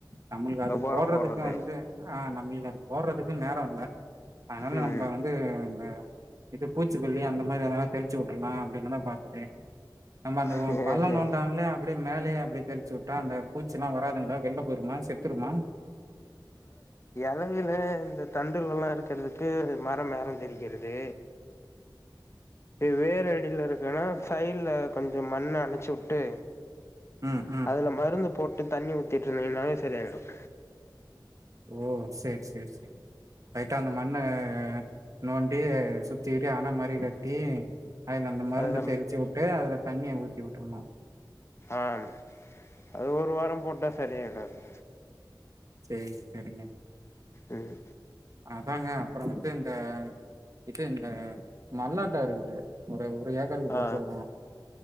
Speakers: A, on the right; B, on the left.
A: நம்மளுக்கு அது
B: ஒரம்
A: போடுறதுக்கு
B: போடுறது
A: வந்து ஆஹ் நம் நீங்க அது போறதுக்கும் நேரம் இல்ல அதனால
B: ம்
A: நம்ம வந்து இந்த இது பூஜ் ச்சி கொல்லி அந்த மாதிரி எதனா தெளிச்சு விட்டுடலாம் அப்படின்னுதான் பாத்துட்டு நம்ம அந்த
B: சேரி
A: பள்ளம்தோண்டாம்லே அப்படியே மேலேயே அப்படியே தெளிச்சு விட்டா அந்த பூச்சி எல்லாம் வராதுங்களா வெளில போயிருமா செத்துருமா
B: இலையில இந்த தண்டுல எல்லாம் இருக்கிறதுக்கு மரம் ஏரம் தெரிக்கிறது வேற அடியில இருக்குன்னா சைட்ல்ல கொஞ்சம் மண்ணு அணைச்சு விட்டு
A: ம் ம்
B: அதுல மருந்து போட் விட்டு தண்ணி ஊத்திட்டு இருந்தீங்கனாலே சரியாயிடும்
A: ஓ சரி சரி சரி லைட்டா அந்த மண்ணு அஹ் நோண்டி சுத்திரி அண மாரி கட்டி அதுல அந்த மருந்த
B: அதுல
A: தெளிச்சி விட்டு அதுல தண்ணிய ஊத்தி வுட்டுருணு
B: ஆம் அது ஒரு வாரோ போட்ட சரியாயிடோ அது
A: செரிங்க செரிங்க
B: உம்
A: அதாங்க அப்புறோ வந்து இந்த இது இந்த மல்லாட்டோ இருக்குது ஒரு ஒரு ஏக்கருக்கு போட்டு
B: ஆ
A: வரோ